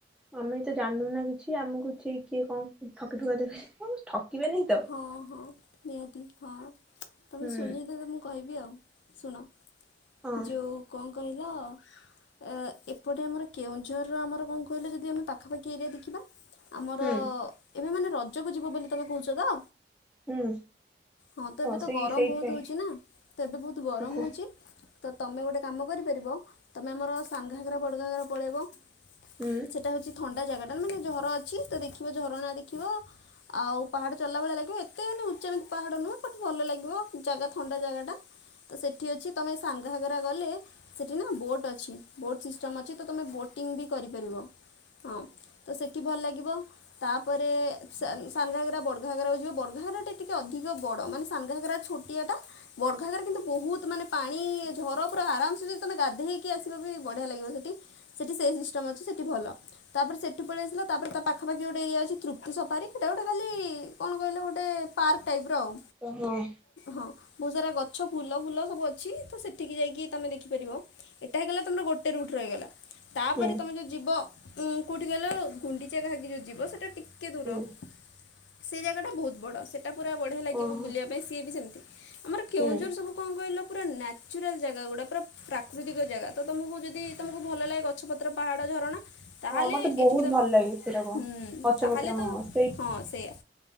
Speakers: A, in the centre; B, on the left.
A: ଆମେ ତ ଜାଣୁ ନା କିଛି ଆମକୁ ସେଠି କିଏ କଣ ଠକି ଠୁକା ଦେବେ ଅଁ ଠକିବେନି।
B: ହଁ ହଁ ନିହାତି ହଁ। ତମେ
A: ହୁଁ
B: ଶୁଣିଲେ ତ ମୁଁ କହିବି ଆଉ ଶୁଣ
A: ହଁ
B: ଯୋଉ କଣ କହିଲ ଏ ଏପଟେ ଆମର କେଉଁଝରର ଆମର କଣ କହିଲ ଯଦି ଆମେ ପାଖାପାଖି ଏରିଆ ଦେଖିବା। ଆମର
A: ହୁଁ
B: ଏବେ ମାନେ ରଜକୁ ଯିବ ବୋଲି ତମେ କହୁଚ ତ?
A: ହୁଁ।
B: ହଁ ତ ଏବେ ତ
A: ସେଇ
B: ଗରମ
A: ସେଇଥିପାଇଁ
B: ବହୁତ ହଉଛିି ନା ତ ଏବେ ବହୁତ ଗରମ
A: କୁହ
B: ହଉଛି। ତ ତମେ ଗୋଟେ କାମ କରିପାରିବ ତମେ ଆମର ସାନଘାଗରା, ବଡ଼ଘାଗରା ପଳେଇବ।
A: ହୁଁ।
B: ସେଟା ହଉଛି ଥଣ୍ଡା ଜାଗାଟା ମାନେ ଝର ଅଛି ତ ଦେଖିବ ଝରଣା ଦେଖିବ ଆଉ ପାହାଡ଼ ଚଢ଼ିଲା ଭଳିଆ ଲାଗିବ ଏତେ ମାନେ ଉଚ୍ଚମିତି ପାହାଡ଼ ନୁହଁ ବଟ୍ ଭଲ ଲାଗିବ। ଜାଗା ଥଣ୍ଡା ଜାଗାଟା ତ ସେଠି ଅଛି। ତମେ ସାନଘାଗରା ଗଲେ ସେଠି ନୁହଁ ବୋଟ ଅଛି, ବୋଟ ସିଷ୍ଟମ ଅଛି ତ ତମେ ବୋଟ ଟିଂ କରି ପାରିବ ହଁ ତ ସେ ଭଲ ଲାଗିବ ତାପରେ ସା ସାନଘାଗରା ବରଘାଘରା ଯିବ ବଡ଼ଘରା ଟା ଟିକେ ଅଧିକ ବଡ ମାନେ ସାାନଘାଗରା ଛୋଟିଆ ଟା ବଡ଼ଘାଗରେ କିନ୍ତୁ ବହୁତ ତ ମାନେ ପାଣି ଝର ପୁରା ଆରାମସ ଯଦି ତମେ ଗାଧେଇ ହେଇକି ଆସିବ ବି ବଢିଆ ଲାଗିବ ସେଠି। ସେଠି ସେଇ ସିଷ୍ଟମ ଅଛି ସେଠି ଭଲ। ତାପରେ ସେଠ ପଳେଇ ଆସିଲ ତାପରେ ତା ପାଖପାଖି ଗୋଟେ ଏରିଆ ଅଛି ତୃପ୍ତି ସପାରୀ ଏଟ ଗଟ ଖାଲି କଣ କହିଲ ଗୋଟେ ପାର୍କ ଟାଇପ ର ଆଉ
A: ହଁ ହୁଁ
B: ହଁ ବହୁତ ସାରା ଗଛ ଫୁଲ ଫୁଲ ସବୁ ଅଛି ତ ସେଠିକି ଯାଇକି ତୁମେ ଦେଖିପାରିବ। ଏଇଟା ହେଇଗଲା ତମର ଗୋଟେ ରୁଟ ର ହେଇଗଲା ତାପରେ
A: ହୁଁ
B: ତମେ ଯ ଯିବ କୋଉଠି କହିଲ ଗୁଣ୍ଡିଚାଗାକି ଯୋଉ ଯିବ ସେଟା ଟିକେ ଦୂର।
A: ହୁଁ
B: ସେ ଜାଗାଟା ବହୁତ ବଡ଼ ସେଇଟା ପୁରା ବଢ଼ିଆ ଲାଗିବ
A: ଓହୋ
B: ବୁଲିବା ପାଇଁ ସିଏ ବି ସେମିତି ଆମର କେଉଁଝର
A: ହୁଁ
B: ସବୁ କଣ କହିଲା ପୁରା ନ୍ୟଚୁରାଲ ଜାଗା ଗୁଡା ପୁରା ପ୍ରାକୃତିକ ଜାଗା ତ ତମକୁ ଯଦି ତମକୁ ଭଲ ଲାଗେ ଗଛ ପତ୍ର ପାହାଡ ଝରଣା ତା
A: ହଁ
B: ହେଲେ
A: ମତେ ବହୁତ
B: ଏଠିକ ତ
A: ଭଲ ଲାଗେ ସେରାକ
B: ହୁଁ
A: ଗଛ
B: ତାହେଲେ
A: ପତ୍ର ହଁ
B: ତ
A: ସେଇ
B: ହଁ ସେଇଆ